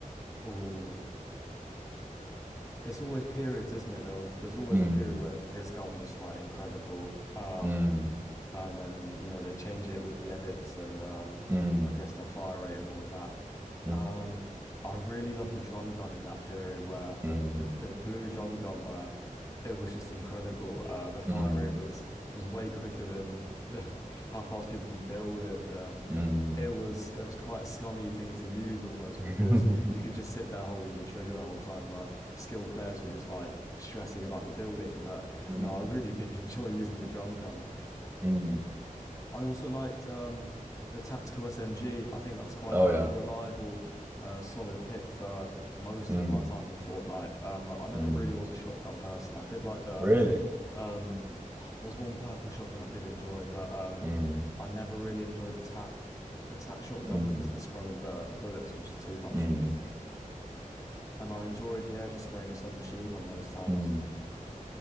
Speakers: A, on the left; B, on the right.
A: Oh, it's always periods, isn't it? There was there's always
B: Mm,
A: a period where this gun was like incredible. Um,
B: mm,
A: and then you know they change it with the edits and um,
B: mm,
A: I guess their fire rate and all of that.
B: mm,
A: Um, I really love the drum gun in that period where
B: mm,
A: the the blue drum gun where it was just incredible. Uh, the fire
B: mm,
A: rate was was way quicker than <laughs> how fast people can build and um,
B: mm.
A: it was it was quite a scummy thing to use almost
B: <laughs>
A: because you could just sit there holding the trigger the whole time where skilled players were just like stressing about the building. But
B: Mm,
A: no, I really did <laughs> enjoy using the drum gun.
B: mm.
A: I also liked um, the tactical SMG. I think that was quite
B: Oh
A: a,
B: yeah.
A: a reliable, uh, solid pick for most
B: Mm,
A: of my time on Fortnite. Um, I never
B: mm.
A: really was a shotgun person. I did like the
B: Really?
A: um, <sighs> there's one purple shotgun I did enjoy, but um,
B: Mm,
A: I never really enjoyed the tac the tac shotgun
B: mm.
A: because the spread of the the bullets was just too much
B: Mm,
A: for me. And I enjoyed yeah just spraying a submachine gun most times.
B: mm.